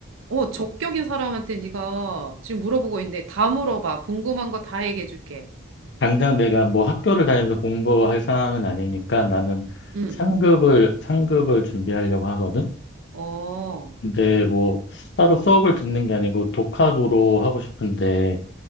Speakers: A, on the right (about 85°); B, on the left (about 60°).
A: 어, 적격인 사람한테 네가 지금 물어보고 있는데, 다 물어봐. 궁금한 거 다 얘기해줄게.
B: 당장 내가 뭐 학교를 다니면서 공부할 상황은 아니니까 나는
A: 응.
B: 상급을, 상급을 준비하려고 하거든?
A: 어,
B: 근데 뭐 따로 수업을 듣는 게 아니고 독학으로 하고 싶은데